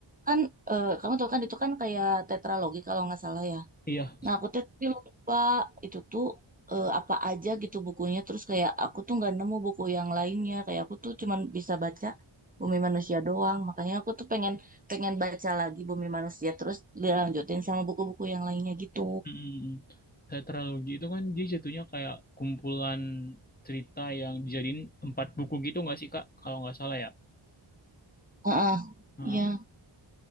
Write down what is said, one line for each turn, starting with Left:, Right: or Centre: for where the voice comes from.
Right: kan eh, kamu tahu kan itu kan kayak tetralogi kalau nggak salah ya.
Left: Iya,
Right: Nah, aku tuh tapi lupa itu tuh eh, apa aja gitu bukunya. Terus kayak aku tuh nggak nemu buku yang lainnya. Kayak aku tuh cuman bisa baca Bumi Manusia doang. Makanya aku tuh pengen pengen baca lagi Bumi Manusia. Terus dilanjutin sama buku-buku yang lainnya gitu.
Left: Mm, tetralogi itu kan dia jatuhnya kayak kumpulan cerita yang dijadiin empat buku gitu nggak sih Kak? Kalau nggak salah ya.
Right: Heeh.
Left: Nah,
Right: Iya.